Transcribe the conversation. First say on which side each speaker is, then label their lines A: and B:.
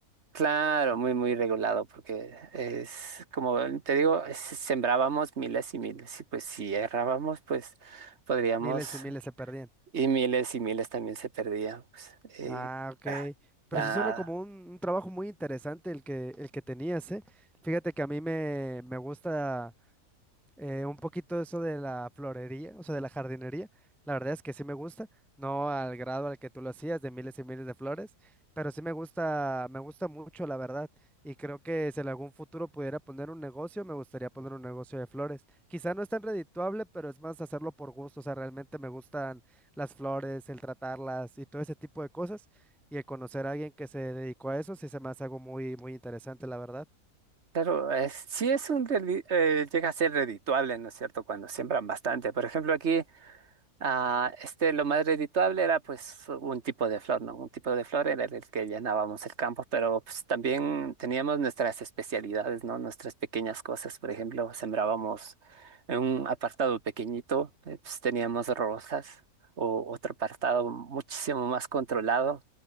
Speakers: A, on the right; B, in the centre.
A: Claro, muy, muy regulado, porque es como te digo, es- sembrábamos miles y miles, y pues si errábamos, pues podríamos,
B: Miles y miles se perdían.
A: y miles y miles también se perdían. pues, eh,
B: Ah, ok.
A: ah,
B: Pero
A: la-
B: sí suena como un, un trabajo muy interesante el que, el que tenías, ¿eh? Fíjate que a mí me, me gusta. eh, un poquito eso de la florería, o sea, de la jardinería. La verdad es que sí me gusta, no al grado al que tú lo hacías, de miles y miles de flores, pero sí me gusta, me gusta mucho, la verdad. Y creo que si en algún futuro pudiera poner un negocio, me gustaría poner un negocio de flores. Quizá no es tan redituable, pero es más hacerlo por gusto. O sea, realmente me gustan las flores, el tratarlas y todo ese tipo de cosas. Y el conocer a alguien que se dedicó a eso, sí se me hace algo muy, muy interesante, la verdad.
A: Claro, es- sí es un, reli- eh, llega a ser redituable, ¿no es cierto? Cuando siembran bastante. Por ejemplo, aquí Ah, este, lo más redituable era pues un tipo de flor, ¿no? Un tipo de flor era el que llenábamos el campo, pero pues también teníamos nuestras especialidades, ¿no? Nuestras pequeñas cosas, por ejemplo, sembrábamos en un apartado pequeñito, eh, pues teníamos rosas, o otro apartado muchísimo más controlado,